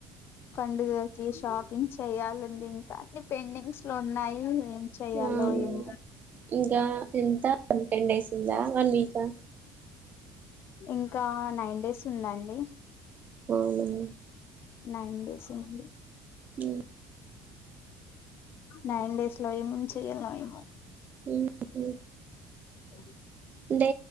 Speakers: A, on the left; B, on the right.
A: పండుగకి షాపింగ్ చెయాలండి ఇంకా అన్ని పెండింగ్స్ లో ఉన్నాయి ఏం చెయ్యాలో
B: హ్మ్
A: ఏమో
B: ఇంకా ఎంత టెన్ డేస్ ఉందా వన్ వీకా
A: ఇంకా నైన్ డేస్ ఉందండి
B: అవునా
A: నైన్ డేస్ ఉంది
B: హ్మ్
A: నైన్ డేస్ లో ఏమేం చేయాలో ఏమో
B: ఉహు
A: అ
B: అంటే